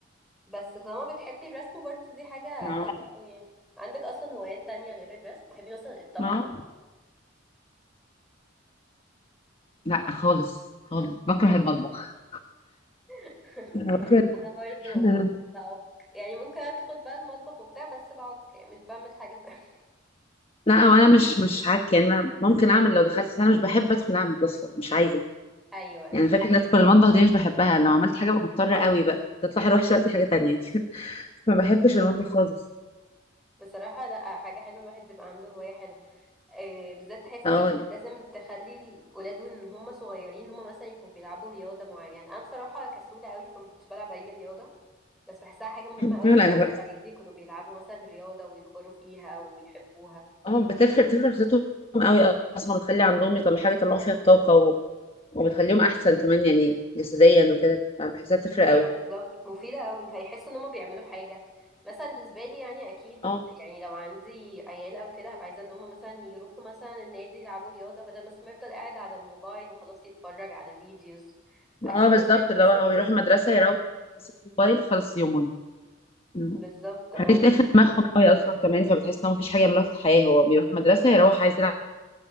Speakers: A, in the centre; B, on the left (about 30°).
A: بس طالما بتحبي الرسم برضو دي حاجة
B: ما
A: حلوة قوي يعني عندك اصلا هوايات تانية غير الرسم بتحبي مثلا الطبخ
B: ما
A: وكده
B: لا خالص خالص بكره المطبخ
A: <laughs>
B: أنا بكره
A: انا برضو
B: <laughs>
A: بعك يعني ممكن ادخل بقى المطبخ وبتاع بس بعك يعني مش بعمل حاجة <laughs>
B: لا وانا مش مش عك يعني انا ممكن اعمل لو دخلت بس انا مش بحب ادخل اعمل اصلا مش عايزه
A: ايوه أيوة.
B: يعني فكرة إن أدخل المطبخ دي مش بحبها لو عملت حاجة ببقى مضطرة قوي بقى تطلع أروح دلوقتي حاجة تانية <laughs> ما بحبش المطبخ خالص
A: بصراحة لا حاجة حلوة الواحد يبقى عنده هواية حلوة آه، بالذات تحسي
B: <laughs> اه يعني
A: لازم تخلي الولاد وان هم صغيرين هم مثلا يكونوا بيلعبوا رياضه معينه انا بصراحه كسوله قوي فما كنتش بلعب اي رياضه بس بحسها حاجه مهمه
B: <clears throat>
A: قوي
B: لا
A: ان حتى
B: أنا بقى
A: العيال يكونوا بيلعبوا مثلا رياضه ويكبروا فيها ويحبوها
B: اه بتفرق بتفرق خطتهم قوي أصلا بتخلي عندهم يطلعوا حاجة يطلعوا فيها الطاقة و... وبتخليهم أحسن كمان يعني جسديا وكده بحسها بتفرق
A: ايوه
B: قوي
A: بالظبط مفيده قوي هيحسوا ان هم بيعملوا حاجه مثلا بالنسبه لي يعني اكيد
B: اه
A: يعني لو عندي عيال او كده هبقى عايزه ان هم مثلا يروحوا مثلا النادي يلعبوا رياضه بدل مثلا ما يفضل قاعد على الموبايل وخلاص يتفرج على فيديوز اكيد
B: اه بالظبط
A: بالنسبه لي
B: اللي
A: احسن
B: هو هو بيروح المدرسة يروح بس الموبايل خلص يومهم مم.
A: بالظبط
B: حاجات
A: اه
B: تقفل دماغهم قوي أصلا كمان فبتحس إنهم مفيش حاجة يعملوها في الحياة هو بيروح المدرسة يروح عايز يلعب